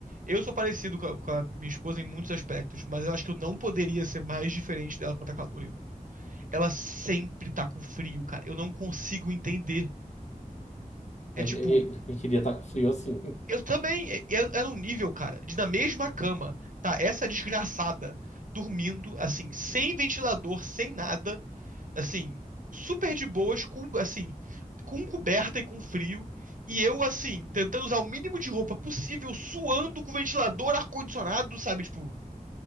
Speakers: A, on the right (about 65°); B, on the left (about 50°).
A: Eu sou parecido com a, com a minha esposa em muitos aspectos, mas eu acho que eu não poderia ser mais diferente dela quando tá calor, irmão. Ela sempre tá com frio, cara. Eu não consigo entender. É
B: Aí,
A: tipo,
B: aí, Eu, queria estar com frio assim.
A: eu também. É, é, é num nível, cara, de na mesma cama, tá? Essa desgraçada dormindo, assim, sem ventilador, sem nada. assim, super de boas, com, assim, com coberta e com frio, e eu, assim, tentando usar o mínimo de roupa possível, suando com ventilador, ar-condicionado, sabe? Tipo,